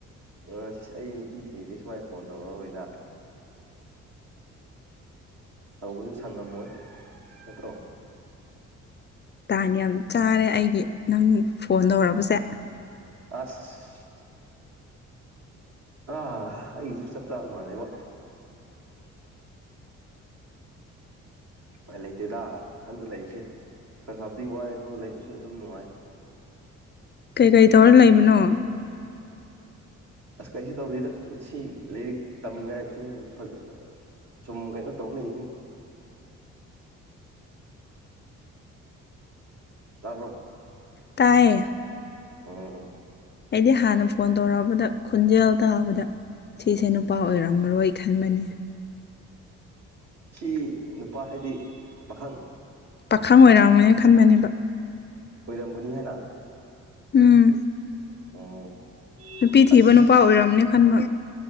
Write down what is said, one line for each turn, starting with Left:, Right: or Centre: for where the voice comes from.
Right: ꯑ ꯑꯩ ꯅꯨꯄꯤ ꯊꯤꯗꯩ ꯁꯨꯃꯥꯏꯅ ꯐꯣꯟ ꯇꯧꯔꯛꯑꯔꯣꯏꯗ ꯇꯧꯕꯗꯨ ꯁꯪꯉꯝꯃꯣꯏ ꯅꯠꯇ꯭ꯔꯣ
Left: ꯇꯥꯟꯅꯤ ꯌꯥꯝ ꯆꯥꯔꯦ ꯑꯩꯒꯤ ꯅꯪ ꯐꯣꯟ ꯇꯧꯔꯕꯁꯦ
Right: ꯑꯁ ꯑ ꯑꯩꯁꯨ ꯁ ꯄꯔꯝ ꯃꯥꯦꯕꯦ ꯎꯅꯨꯡꯥꯏ ꯂꯩꯇꯦꯗ ꯏꯁꯊꯟꯇ ꯂꯩꯔꯤꯁꯦ ꯈꯔ ꯈꯔꯕꯗꯤ ꯋꯥꯏ ꯑꯗꯣ ꯂꯩꯕꯁꯨ ꯑꯗꯨꯝ ꯅꯨꯡꯉꯥꯏ
Left: ꯀꯩꯀꯩ ꯇꯧꯔ ꯂꯩꯕꯅꯣ
Right: ꯑꯁ ꯀꯩꯁꯨ ꯇꯧꯔꯤꯗ ꯁꯤ ꯂꯥꯏꯔꯤꯛ ꯇꯝꯉꯥꯏꯁꯨ ꯐꯖ ꯁꯨꯝ ꯀꯩꯅꯣ ꯇꯧ ꯂꯩꯁꯤꯅꯦ ꯇꯥꯕ꯭ꯔꯣ
Left: ꯇꯥꯏꯌꯦ
Right: ꯑꯣ
Left: ꯑꯩꯗꯤ ꯍꯥꯟꯅ ꯐꯣꯟ ꯇꯧꯔꯛꯑꯕꯗ ꯈꯣꯟꯖꯦꯜ ꯇꯥꯕꯗ ꯁꯤꯁꯦ ꯅꯨꯄꯥ ꯑꯣꯏꯔꯝꯃꯔꯣꯏ ꯈꯟꯕꯅꯤ
Right: ꯁꯤ ꯅꯨꯄꯥ ꯍꯥꯏꯗꯤ ꯄꯥꯈꯪ
Left: ꯄꯥꯈꯪ ꯑꯣꯏꯔꯝꯑꯝꯕꯅꯦ ꯈꯟꯕꯅꯦꯕ
Right: ꯑꯣꯏꯔꯝꯒꯅꯤ ꯍꯥꯏꯅ
Left: ꯎꯝ
Right: ꯑꯣ
Left: ꯅꯨꯄꯤ
Right: ꯑꯁ
Left: ꯊꯤꯕ ꯅꯨꯄꯥ ꯑꯣꯏꯔꯝꯅꯦ ꯈꯟꯕ